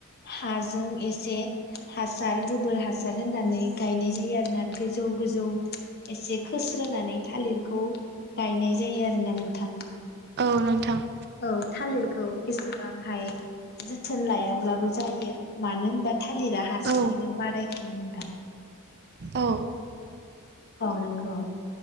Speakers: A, on the left (about 50°); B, on the right (about 50°).
A: हाजों एसे हासार गोबोर हासार होनानै गायनाय जायो आरो ना गोजौ गोजौ एसे खोस्रोनानै थालिरखौ गायनाय जायो आरोना नोंथां।
B: औ नोंथां।
A: औ थालिरखौ एसेबांहाय जोथोन लायाब्लाबो जायो मानो होनबा थालिरा हारसिङैनो
B: औ
A: बारायखायो नोंथां ।
B: औ
A: औ नंगौ